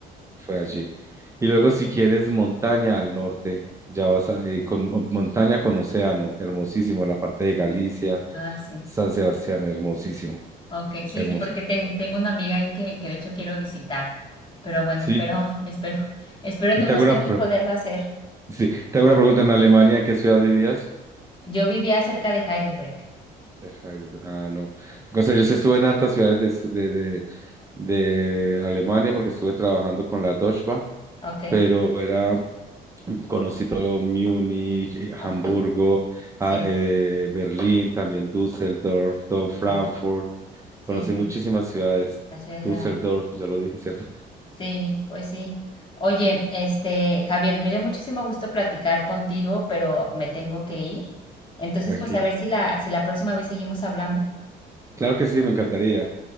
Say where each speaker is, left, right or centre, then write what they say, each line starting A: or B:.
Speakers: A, on the right (about 20°); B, on the left (about 30°).
A: fue allí. Y luego, si quieres montaña al norte, ya vas a, eh, con o- montaña con océano, hermosísimo, la parte de Galicia,
B: Ah, sí.
A: San Sebastián, hermosísimo,
B: Ok, sí,
A: hermosísimo.
B: sí, porque ten- tengo una amiga ahí que, que de hecho quiero visitar, pero bueno,
A: Sí,
B: espero, <laughs> espero, espero en
A: y
B: unos
A: te hago una,
B: años
A: pre-
B: poderlo hacer.
A: sí, te hago una pregunta, ¿en Alemania en qué ciudad vivías?
B: Yo vivía cerca de Heidelberg,
A: Deja de- Heidelberg. Ah, no. O sea, yo sí estuve en hartas ciudades de, de, de- de Alemania porque estuve trabajando con la Deutsche Bahn,
B: ok,
A: pero era Conocí todo Múnich, eh,
B: ok,
A: Hamburgo,
B: sí,
A: ah, eh, Berlín, también Düsseldorf, todo Frankfurt.
B: sí, sí,
A: Conocí
B: sí,
A: muchísimas ciudades.
B: la ciudad
A: Düsseldorf,
B: es grande.
A: ya lo dije, ¿cierto?
B: Sí, pues sí. Oye, este, Javier, me dio muchísimo gusto platicar contigo, pero me tengo que ir. Entonces,
A: Tranquila.
B: pues a ver si la, si la próxima vez seguimos hablando.
A: Claro que sí, me encantaría.